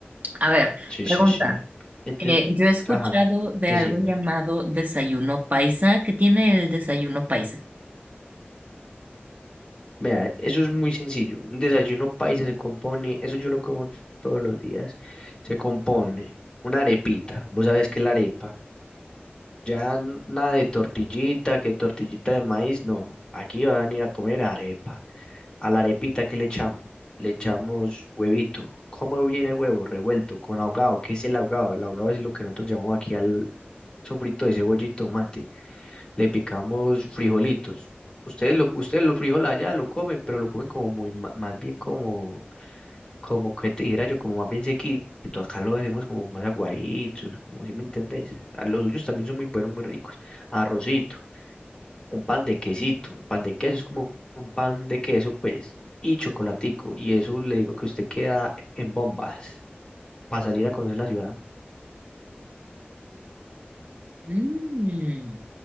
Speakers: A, on the right; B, on the left.
A: A ver,
B: Sí,
A: pregunta.
B: sí, sí. Entonces,
A: Eh, yo he escuchado
B: ajá,
A: de
B: decime.
A: algo llamado desayuno paisa. ¿Qué tiene el desayuno paisa?
B: Vea, eso es muy sencillo. Un desayuno paisa se compone, eso yo lo como t- todos los días. Se compone una arepita. ¿Vos sabés qué es la arepa? Ya n- nada de tortillita, que tortillita de maíz, no. Aquí van a venir a comer arepa. A la arepita, ¿qué le echamos? Le echamos huevito. ¿Cómo viene el huevo? Revuelto, con ahogado. ¿Qué es el ahogado? El ahogado es lo que nosotros llamamos aquí al sofrito de cebolla y tomate. Le picamos frijolitos. Ustedes lo, ustedes los frijoles allá lo comen, pero lo comen como muy, ma- más bien como como que te dijera yo, como más bien sequito, acá lo decimos como más aguaditos, como si me entendés. Ah, Los suyos también son muy buenos, muy ricos. Arrocito, un pan de quesito, un pan de queso es como un pan de queso, pues, y chocolatico. Y eso le digo que usted queda en bombas para salir a conocer la ciudad.
A: Mm,